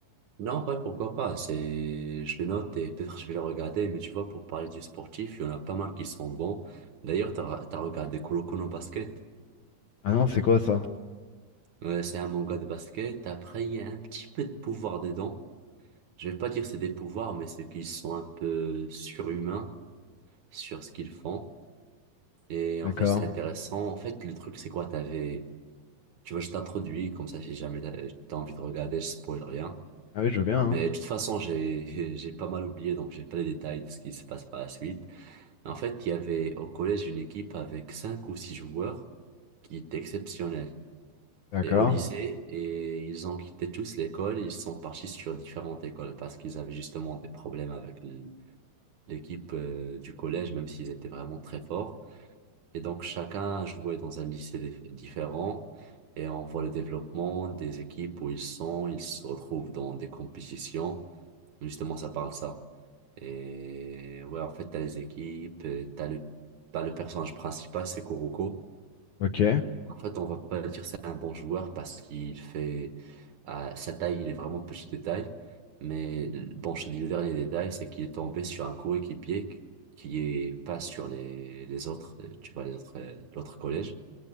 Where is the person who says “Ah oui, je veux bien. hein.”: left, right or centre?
Left